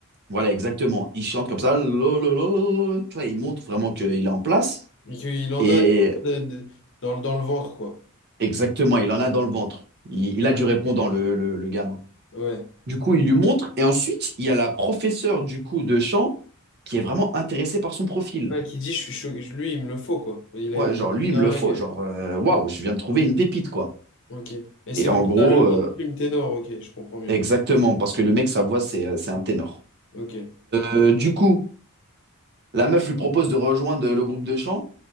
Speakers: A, on the right; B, on the left.
A: Voilà, exactement. Il chante comme ça, lo, lo, lo. Tu vois, il montre vraiment qu'il est en place.
B: Mais qu'il en
A: Et
B: a de- de- dans, le- dans le ventre, quoi.
A: exactement, il en a dans le ventre. Il, il a
B: Ouais.
A: du répondant, le, le, le gamin.
B: Ouais.
A: Du coup, il lui montre. Et ensuite, il y a la professeure du coup de chant qui est vraiment intéressée par son profil.
B: Ouais, qui dit je suis choqué, lui il me le faut quoi. Il a
A: Ouais,
B: une voix
A: genre, lui,
B: de dingue.
A: il me le faut. Genre, euh, waouh, je viens de trouver une pépite, quoi.
B: Ok. Et c'est
A: Et en
B: pour
A: gros,
B: ça le nom
A: euh,
B: du film Ténor, ok, je comprends mieux.
A: exactement, parce que le mec, sa voix, c'est, euh, c'est un ténor.
B: Ok.
A: Euh, du coup, la meuf lui propose de rejoindre le groupe de chant